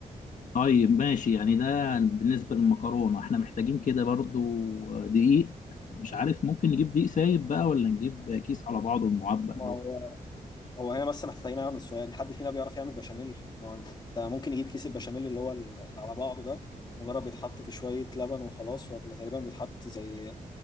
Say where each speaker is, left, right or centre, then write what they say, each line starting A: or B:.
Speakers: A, on the left (about 60°); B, on the left (about 30°).
A: طيب ماشي يعني ده بالنسبه للمكرونه احنا محتاجين كده برضو دقيق مش عارف ممكن نجيب دقيق سايب بقى ولا نجيب كيس على بعضه المعبأ
B: ما
A: ده
B: هو هو هنا بس محتاجين نعمل سؤال حد فينا بيعرف يعمل بشاميل ما هو انت ممكن يجيب كيس البشاميل اللي هو اللي على بعضه ده مجرد بيتحط في شوية لبن وخلاص ولا تقريبا بيتحط زي